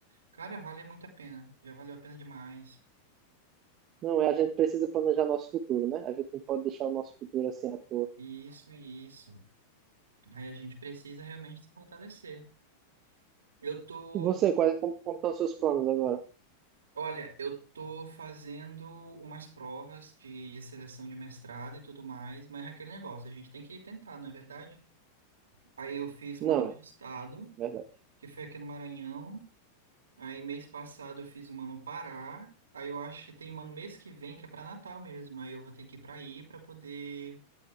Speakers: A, on the right (about 70°); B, on the right (about 35°).
A: Cara, vale muito a pena. Já valeu a pena demais.
B: Não, é, a gente precisa planejar nosso futuro, né? A gente não pode deixar o nosso futuro assim à toa.
A: Isso, isso. Aí a gente precisa realmente se fortalecer. Eu tô,
B: E você, quais, como, como estão os seus planos agora?
A: olha, eu tô fazendo umas provas de seleção de mestrado e tudo mais, mas é aquele negócio, a gente tem que tentar, não é verdade? Aí eu fiz uma
B: Não,
A: do meu
B: é
A: estado,
B: verdade.
A: que foi aqui no Maranhão. Aí mês passado eu fiz uma no Pará. Aí eu acho que tem uma no mês que vem que é para Natal mesmo. Aí eu vou ter que ir para aí para poder